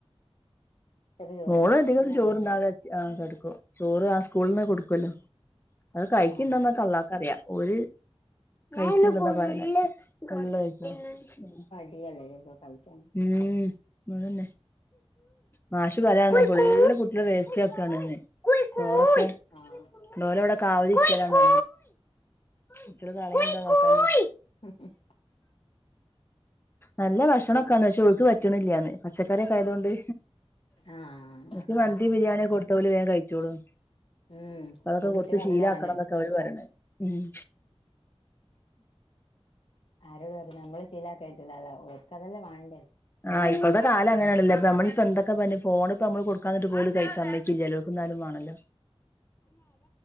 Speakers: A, on the left (about 60°); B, on the left (about 20°).
A: ഉച്ചക്ക് ചോറ്
B: മോളധികം
A: കൊണ്ടോവായിരിക്കുംല്ലേ
B: ചോറ് തിനാതെ അച്ച് കെടുക്കും ചോറ് ആ സ്കൂളിൽന്ന് കൊടുക്കുല്ലോ. അത് കഴിക്കണ്ടന്നൊക്കെ
A: ആഹ്
B: അള്ളാക്ക റിയാം ഓര് കഴിച്ച്ണ്ട്ന്നാ പറയാ. ഫുള്ള് കഴിച്ചാ ഉം.
A: ടിയല്ലെ ഒക്കെ കഴിക്കാന്
B: ഉം അതന്നെ മാഷ് പറയാണ് ഫുള് കുട്ടികള് വേസ്റ്റ്ക്കാണ്ന്ന്. ഓലക്കെ
A: ആഹ്
B: ഓലവിടെ കാവലിരിക്കലാണ്. ഇത്ര കാലയിറ്റ്ള്ള വർത്താനം.
A: ഉം
B: നല്ല ഭക്ഷണൊക്കാണ്. പക്ഷേ ഒല്ക്ക് പറ്റണില്ലന്ന് പച്ചക്കറിയൊക്കെ ആയതുകൊണ്ട്.
A: ആഹ്
B: ഓൽക്ക് മന്തി ബിരിയാണി കൊടുത്ത ഓല് വേഗം കഴിച്ചോളും.
A: ഉം
B: അതൊക്കെ
A: ഇപ്പം കുട്ടികള്ക്ക്
B: കൊടുത്ത് ശീലാക്കണം
A: അതല്ലേ വേണ്ടേത്.
B: എന്നൊക്കെ അവര് പറയണ ഉം
A: ആരോട് പറയണ് നമ്മളെ ശീലക്കയിട്ടില്ല ല്ലോ ഓർക്ക് അതെന്നെ വേണ്ടേ.
B: ആഹ് ഇപ്പത്തെ കാല അങ്ങനെയാണല്ലേ ഇപ്പ നമ്മപ്പന്തെക്കെ പറഞ്ഞു ഫോണ്പ്പ നമ്മൾ കൊടുക്കാഞ്ഞിട്ട് പോലും കൈ സമ്മയി ചേലോൽക്ക് എന്നാലും വേണല്ലോ.